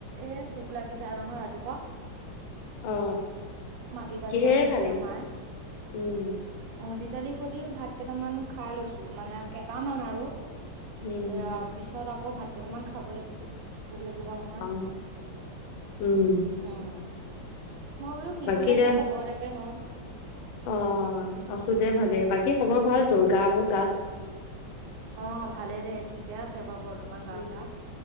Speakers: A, on the right; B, on the left.
A: এ ভোক লাগি যায় নহয় ৰাতিপুৱা
B: অ
A: মাটি দালি
B: কিহেৰে
A: বনাইছিলে
B: খালি
A: মায়ে
B: উম
A: মাতি দালি সৈতে ভাত কেইটামান খাই লৈছো মানে কেটামান আৰু
B: উম
A: এইয়া পিছত আকৌ ভাত কেইটামান খাব লাগিব ভোক লাগিব নহয়
B: অ উম
A: উম ম বোলো কি
B: বাকী
A: কৈ আছ
B: দে
A: খবৰ তাকে লওঁ
B: অ আছো দে ভালে বাকি খবৰ ভাল তোৰ গা বোন
A: অ ভালেই দে ঠিকে আছে বাৰু বৰ্তমান গা
B: উম
A: চা